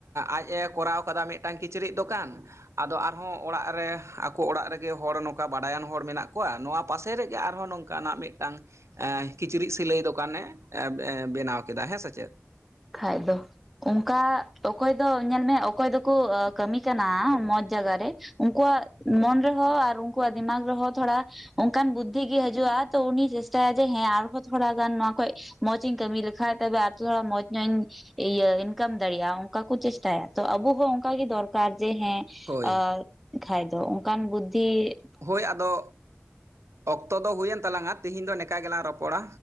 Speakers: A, on the right; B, in the centre.
A: ᱟᱡ ᱮ ᱠᱚᱨᱟᱣ ᱠᱟᱫᱟ ᱢᱤᱫᱴᱟᱝ ᱠᱤᱪᱨᱤᱡ ᱫᱚᱠᱟᱱ ᱟᱫᱚ ᱟᱨᱦᱚᱸ ᱚᱲᱟᱜ ᱨᱮ ᱟᱠᱚ ᱚᱲᱟᱜ ᱨᱮᱜᱮ ᱦᱚᱲ ᱱᱚᱝᱠᱟ ᱵᱟᱰᱟᱭᱟᱱ ᱦᱚᱲ ᱢᱮᱱᱟᱜ ᱠᱚᱣᱟ, ᱱᱚᱣᱟ ᱯᱟᱥᱮ ᱨᱮᱜᱮ ᱟᱨᱦᱚᱸ ᱱᱚᱝ ᱠᱟᱱᱟᱜ ᱢᱤᱫᱴᱟᱝ ᱮᱸ ᱠᱤᱪᱨᱤᱡ ᱥᱤᱞᱟᱹᱭ ᱫᱚᱠᱟᱱᱮ ᱵᱮᱱᱟᱣ ᱠᱮᱫᱟ ᱦᱮᱸᱥᱮ ᱪᱮᱫ?
B: ᱠᱷᱟᱡ ᱫᱚ᱾ ᱚᱝᱠᱟ ᱚᱠᱚᱭ ᱫᱚ ᱧᱮᱞᱢᱮ ᱚᱠᱚᱭ ᱫᱚᱠᱚ ᱠᱟᱹᱢᱤ ᱠᱟᱱᱟ ᱢᱚᱸᱡ ᱡᱟᱭᱜᱟ ᱨᱮ, ᱩᱱᱠᱩᱣᱟᱜ ᱢᱚᱱ ᱨᱮᱦᱚᱸ ᱟᱨ ᱩᱱᱠᱩᱣᱟᱜ ᱫᱤᱢᱟᱜ ᱨᱮᱦᱚᱸ ᱛᱷᱚᱲᱟ ᱚᱱᱠᱟᱱ ᱵᱩᱫᱫᱷᱤ ᱜᱮ ᱦᱤᱡᱩᱜᱼᱟ, ᱛᱚ ᱩᱱᱤ ᱪᱮᱥᱴᱟᱭᱟ ᱡᱮ ᱦᱮᱸ ᱟᱨᱦᱚᱸ ᱛᱷᱚᱲᱟ ᱜᱟᱱ ᱱᱚᱣᱟ ᱠᱷᱚᱡ ᱢᱚᱡ ᱤᱧ ᱠᱟᱹᱢᱤ ᱞᱮᱠᱷᱟᱡ ᱛᱮ ᱟᱨᱚᱲ ᱢᱚᱡ ᱤᱧ ᱦᱚᱧ ᱤᱭᱟᱹ ᱤᱱᱠᱟᱢ ᱫᱟᱲᱮᱭᱟᱜᱼᱟ ᱚᱝᱠᱟ ᱠᱚ ᱪᱮᱥᱴᱟᱭᱟ, ᱛᱚ ᱟᱵᱚ ᱦᱚᱸ ᱚᱱᱠᱟ ᱜᱮ ᱫᱚᱨᱠᱟᱨ ᱡᱮ ᱦᱮᱸ
A: ᱦᱳᱭ
B: ᱟᱨ ᱠᱷᱟᱭ ᱫᱚ ᱚᱝᱠᱟᱱ ᱵᱩᱫᱫᱷᱤ
A: ᱦᱳᱭ ᱟᱫᱚ ᱚᱠᱛᱚ ᱫᱚ ᱦᱩᱭᱮᱱ ᱛᱟᱞᱟᱝ ᱟ ᱛᱤᱦᱤᱧ ᱫᱚ ᱱᱚᱝᱠᱟ ᱜᱮᱞᱟᱝ ᱨᱚᱯᱚᱲᱟ᱾